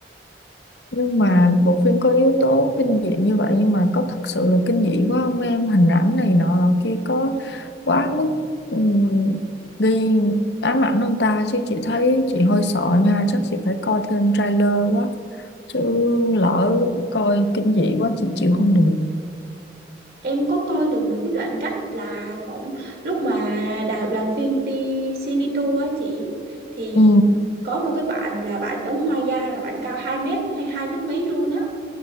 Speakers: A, on the left; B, on the right.
A: nhưng mà bộ phim có yếu tố kinh dị như vậy nhưng mà có thật sự là kinh dị quá không em hình ảnh này nọ là kia có quá mức ừm, đi ám ảnh ông ta chứ chị thấy chị hơi sợ nha chắc chị phải coi thêm trailer quá chứ lỡ coi kinh dị quá chị chịu không được
B: Em có coi được một cái đoạn cắt là phỏng lúc mà đà- đoàn phim đi cine tour á chị thì
A: ừ
B: có một cái bạn là bạn đóng Maya là bạn cao 2 mét hay 2 mét mấy luôn á